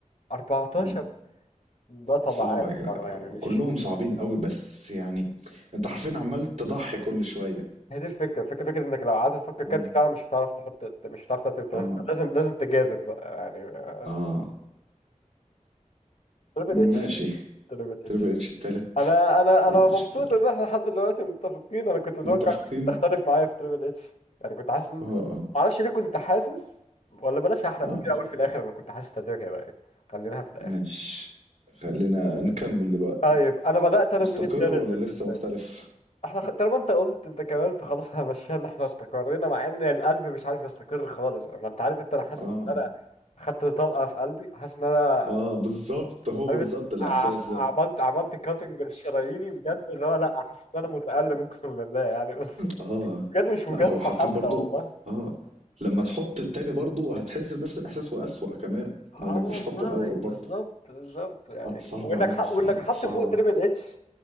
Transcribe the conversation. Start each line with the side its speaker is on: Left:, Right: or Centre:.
Left: 14
Right: مم.
Left: بطل
Right: صعبه
Left: عالم
Right: يا جدع.
Left: برضه يعني مش
Right: كلهم صعبين قوي بس يعني انت حرفيا عمال تضحي كل شويه
Left: هي دي الفكره الفكره فكره انك لو قعدت تفكر كارت
Right: اه
Left: فعلا مش هتعرف تحط مش هتعرف ترتب التلاته
Right: اه
Left: لازم لازم تجازف بقى يعني
Right: اه
Left: تريبل اتش
Right: ماشي
Left: تريبل
Right: تريبل
Left: اتش
Right: اتش التالت
Left: انا انا
Right: تريبل
Left: انا
Right: اتش
Left: مبسوط
Right: التالت
Left: ان احنا لحد دلوقتي متفقين انا كنت متوقع
Right: متفقين
Left: انك تختلف معايا في تريبل اتش يعني كنت حاسس إن-
Right: اه اه
Left: معرفش ليه كنت حاسس ولا بلاش احرق
Right: اه
Left: ممكن اقول في الاخر انا كنت حاسس ترتيبك هيبقى ايه خليناها في الاخر
Right: ماشي خلينا نكمل دلوقتي
Left: طيب انا بدات انا
Right: مستقر
Left: من التالت
Right: ولا
Left: بالنسبه
Right: لسه مختلف
Left: لي احنا خ- طالما انت قلت انت كمان فخلاص احنا مشينا احنا استقرينا مع ان القلب مش عارف يستقر خالص ما انت عارف انت انا حاسس
Right: اه
Left: ان انا خدت طلقه في قلبي حاسس ان انا
Right: اه بالظبط هو
Left: عارف
Right: بالظبط
Left: إنت،
Right: الاحساس
Left: ع-
Right: ده
Left: عملت عملت كاتنج لشراييني بجد اللي هو لا حاسس ان انا متالم اقسم بالله يعني بس
Right: اه
Left: بجد مش مجازفه
Right: لا هو حرفين
Left: حتى
Right: برضو
Left: والله
Right: اه لما تحط التاني برضو هتحس بنفس الاحساس واسوأ كمان
Left: اه
Right: لانك
Left: والله
Right: مش حاطه الاول
Left: بالظبط
Right: برضو
Left: بالظبط يعني
Right: لا صعبة
Left: وانك
Right: اوي
Left: ح...
Right: صعبة
Left: وانك حط
Right: صعبة
Left: فوق تريبل اتش